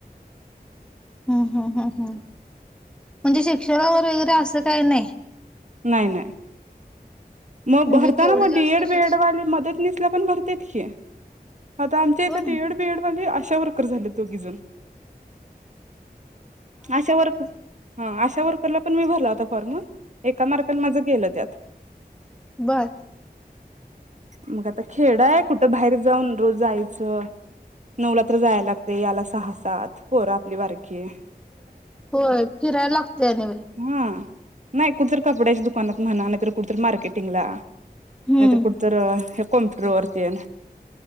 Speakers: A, in the centre; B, on the right.
A: हम्म हम्म हम्म्म हम्म्म म्हणजे शिक्षणावर वगैरे असं काही नाही.
B: नाही नाही. मग
A: म्हणजे
B: भरतांना
A: केवढे
B: म
A: जास्त
B: डी एड बी
A: शिक्ष
B: एड वाले मधात. पुलिस ला पण भरतेत की. आता आमच्या इथे
A: होय
B: डि एड बि एड मध्ये आ शा वर्कर झाले दोघी जण. आशा वर्कर हां आशा वर्क ला पण मी भरला होता फॉर्म. एका मार्कांन माझ गेलं त्यात.
A: बरं.
B: मग आता खेड आहे कुठं बाहेर जाऊन रोज जायचं. नऊला तर जायला लागते याला सहा सात पोर आपली बारकी ये.
A: होय फिराय लागतय आणि बाई.
B: हा नाही कुठंतरी कपड्याच्या दुकानात म्हणा नाही तर, कुठे तर मार्केटिंगला.
A: हम्म
B: नाही तर कुठं का ह कॉम्प्युटर वरती एना